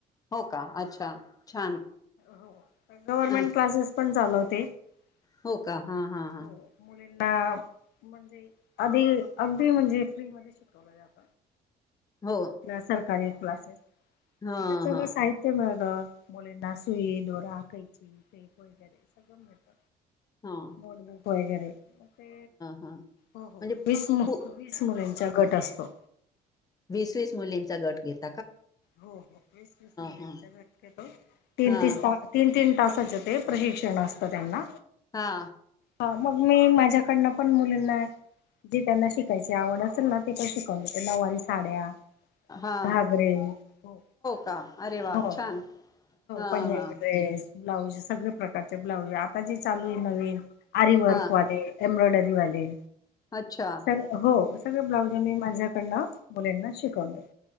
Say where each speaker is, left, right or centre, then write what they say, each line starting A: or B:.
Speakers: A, on the left; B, on the left.
A: हो का अच्छा छान
B: हो गव्हर्मेंट
A: अ
B: क्लासेस पण चालवते हम
A: हो का हा हा हा
B: हो मुलींना म्हणजे आधी अगदी म्हणजे फ्री मध्ये शिकवलं जात
A: हो
B: सरकारी क्लासेस
A: हा
B: तेच्यात सगळं
A: हा
B: साहित्य ते मिळत मुलींना सुई दोरा कैची ते गुड्या तेन सगळं मिळत
A: हा
B: होय वगैरे ते
A: हा
B: हो
A: म्हणजे
B: हो वीस वीस
A: पू
B: मुलीन मुलींच गट असतो
A: वीस-वीस मुलींचा गट घेतला
B: हो हो वीस विस मुलिंचा
A: हा
B: गट पाडतो तिन-तिन
A: हा
B: तास तीन-तीन तासाच ते प्रशिक्षण असतं त्यांना
A: हा.
B: हा मग मी माझ्याकडनं पण मुलींना जे त्यांना शिकायची आवड असेल ना ते पण शिकवते. नऊवारी साड्या
A: हा
B: घागरे. हो.
A: का अरे वा
B: हो.
A: छान हा
B: पंजाबी
A: हा
B: ड्रेस. ब्लाऊज सगळे प्रकारचे ब्लाउज. आता जे चालू आहे नवीन. आरीवर्क
A: हा
B: वाले. एम्ब्रोईडरी वाले.
A: अच्छा!
B: स हो. सगळ ब्लाउज मी माझ्याकडन मुलींना शिकवते.